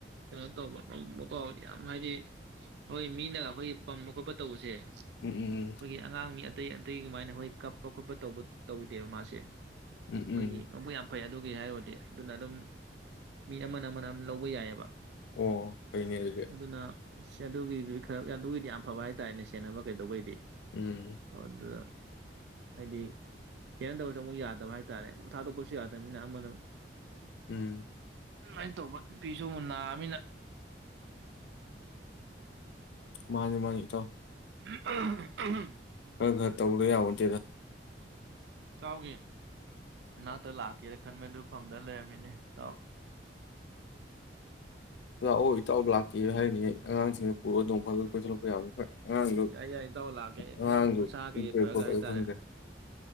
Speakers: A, on the right; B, on the left.
A: ꯀꯩꯅꯣ ꯇꯧꯕ ꯃꯨꯞ ꯃꯄꯄꯥ ꯌꯥꯝ ꯍꯥꯏꯗꯤ ꯑꯩꯈꯣꯏ ꯃꯤꯅꯒ ꯑꯩꯈꯣꯏꯒꯤ ꯄꯝꯕ ꯈꯣꯠꯄ ꯇꯧꯕꯁꯦ ꯑꯩꯈꯣꯏꯒꯤ
B: ꯎꯝ ꯎꯝ
A: ꯑꯉꯥꯡ ꯃꯤ ꯑꯇꯩ ꯑꯇꯩ ꯀꯃꯥꯏꯅ ꯍꯈꯣꯏ ꯀꯞꯄ ꯈꯣꯠꯄ ꯇꯧꯕ ꯇꯧꯗꯦꯕ ꯃꯥꯁꯦ
B: ꯎꯝ ꯎꯝ
A: ꯍꯣꯏꯒꯤꯕꯨ ꯌꯥꯝ ꯐꯩ ꯑꯗꯨꯒꯤ ꯍꯥꯏꯔꯗꯤ ꯑꯗꯨꯅ ꯑꯗꯨꯝ ꯃꯤ ꯑꯃꯅ ꯑꯃꯅ ꯂꯧꯕ ꯌꯥꯏꯑꯕ
B: ꯑꯣ ꯐꯩꯅꯦꯒꯦ
A: ꯑꯗꯨꯅ ꯑꯗꯨꯒꯤꯗꯤ ꯈꯔ ꯑꯗꯨꯒꯤꯗꯤ ꯌꯥꯝ ꯐꯕ ꯍꯥꯏꯇꯥꯔꯦꯅꯦ ꯁꯦꯟꯅꯕ ꯀꯩꯗꯧꯕꯩꯗꯤ
B: ꯎꯝ
A: ꯍꯗ ꯍꯥꯏꯗꯤ ꯈꯦꯅꯗꯕꯁꯨ ꯑꯃꯨꯛ ꯌꯥꯗꯕ ꯍꯥꯏꯇꯥꯥꯔꯦ ꯊꯥꯗꯣꯛꯄꯁꯨ ꯌꯥꯗꯕꯅꯤꯅ ꯑꯃꯅ
B: ꯎꯝ
A: ꯑꯗꯨꯃꯥꯏꯅ ꯇꯧꯕ ꯅꯨꯄꯤꯁꯨ ꯑꯃꯨꯛ ꯅꯥꯃꯤꯅ
B: ꯃꯥꯅꯦ ꯃꯥꯅꯤꯇ
A: ꯎ ꯎ ꯎꯝ
B: ꯈꯔ ꯈꯔ ꯇꯧꯗ ꯌꯥꯔꯠꯇꯦꯗ
A: ꯇꯥꯎꯈꯤ ꯏꯅꯥꯛꯇ ꯂꯥꯛꯀꯦꯅ ꯈꯟꯕꯗꯨ ꯐꯪꯗꯅ ꯂꯩꯔꯝꯃꯤꯅꯦ ꯇꯥꯎ
B: ꯂꯥꯛꯑꯣ ꯏꯇꯥꯎ ꯂꯥꯛꯇꯦ ꯍꯥꯏꯅꯤ ꯑꯉꯥꯡꯁꯤꯡ ꯄ ꯑꯗꯨꯝ ꯐ ꯀꯣꯏꯁꯤꯜꯂꯛꯄ ꯌꯥꯅꯤ ꯍꯣꯏ ꯑꯉꯥꯡꯁꯨ
A: ꯌꯥꯏ ꯌꯥꯏ ꯏꯇꯥꯎ ꯂꯥꯛꯀꯦ
B: ꯑꯉꯥꯡꯁꯨ
A: ꯈꯤꯇꯪ ꯃꯁꯥ ꯀꯩꯀꯩ ꯐꯔꯒ ꯍꯥꯏꯇꯥꯔꯦ
B: ꯈꯪꯗꯦ